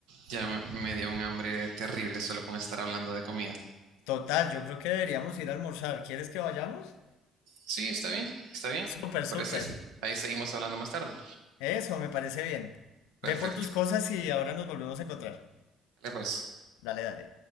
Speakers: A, on the right (about 80°); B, on the left (about 80°).
A: ya me me dio un hambre terrible solo con estar hablando de comida.
B: Total, yo creo que deberíamos ir a almorzar. ¿Quieres que vayamos?
A: Sí, está bien, está bien.
B: Súper,
A: ¿Te
B: súper.
A: parece? Ok, Sí. Ahí seguimos hablando más tarde.
B: Eso, me parece bien. Ve
A: Perfecto.
B: por tus cosas y ahora nos volvemos a encontrar.
A: Vale, pues.
B: Dale, dale.